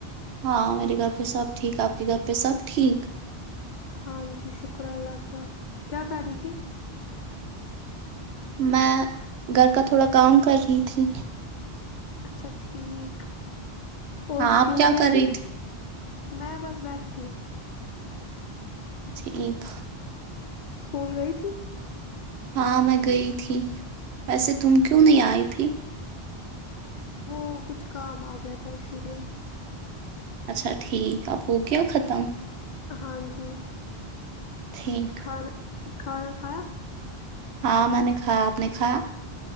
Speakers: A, on the right; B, on the left.
A: ہاں میرے گھر پہ سب ٹھیک آپ کے گھر پہ سب ٹھیک
B: ہاں جی شکر اللہ کا کیا کر رہی تھی
A: میں گھر کا تھوڑا کام کر رہی تھی
B: اچھا ٹھیک اور
A: ہاں
B: اسکول
A: آپ کیا
B: گئی
A: کر رہی تھی
B: میں بس بیٹھی تھی
A: ٹھیک
B: اسکول گئی تھی
A: ہاں میں گئی تھی ویسے تم کیوں نہیں آئی تھی
B: وہ کچھ کام آ گیا تھا اسی لیے
A: اچھا ٹھیک اب ہو گیا ختم
B: ہاں جی
A: ٹھیک
B: کھانا کھانا کھایا
A: ہاں میں نے کھایا آپ نے کھایا